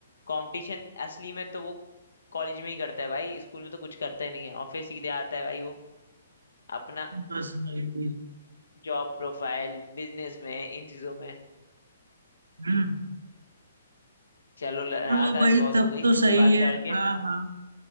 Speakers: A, on the left; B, on the right.
A: कंपटीशन असली में तो वो कॉलेज में ही करता है भाई स्कूल में तो कुछ करता ही नहीं है और फिर सीधे आता है भाई वो अपना
B: पर्सनली
A: जॉब प्रोफाइल बिजनेस में इन चीजों में
B: हम्म
A: चलो ल- रात
B: चलो
A: आज
B: भाई
A: बहुत
B: तब
A: हो गई
B: तो
A: तुमसे
B: सही
A: बात
B: है
A: करके
B: हाँ हाँ